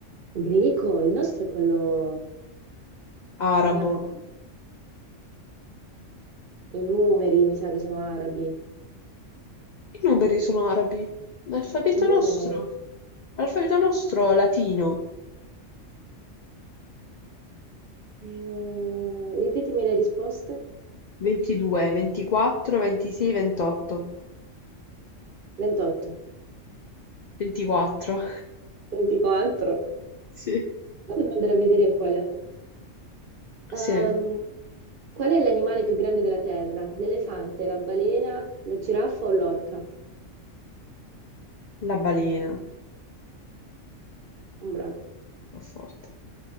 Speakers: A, on the right; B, on the left.
A: Greco, il nostro è quello
B: Arabo.
A: arabo. I numeri, mi sa che sono arabi.
B: I numeri sono arabi. L'alfabeto
A: I
B: nostro.
A: numeri.
B: L'alfabeto nostro latino.
A: Eh, ripetimi le risposte.
B: Ventidue, ventiquattro, ventisei, ventotto.
A: 28,
B: Ventiquattro.
A: 24.
B: Sì.
A: Poi devo andare a vedere qual è. Ehm,
B: Sì,
A: qual è l'animale più grande della Terra? L'elefante, la balena, la giraffa o l'orca?
B: la balena.
A: Un bravo.
B: Fa forte.